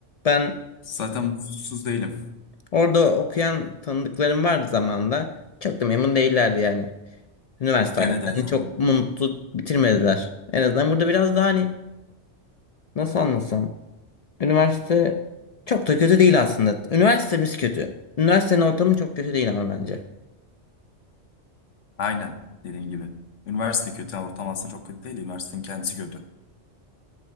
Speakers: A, on the left (about 60°); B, on the left (about 85°).
A: Ben
B: zaten mutsuz değilim.
A: orada okuyan tanıdıklarım vardı zamanında. Çok da memnun değillerdi yani. Üniversite
B: Evet
A: hayatlarını
B: evet zaten.
A: çok mutlu bitirmediler. En azından burada biraz daha hani nasıl anlatsam. Üniversite çok da kötü değil aslında. Üniversitemiz kötü. Üniversitenin ortamı çok kötü değil ama bence.
B: Aynen dediğin gibi. Üniversite kötü ortam aslında çok kötü değil. Üniversitenin kendisi kötü.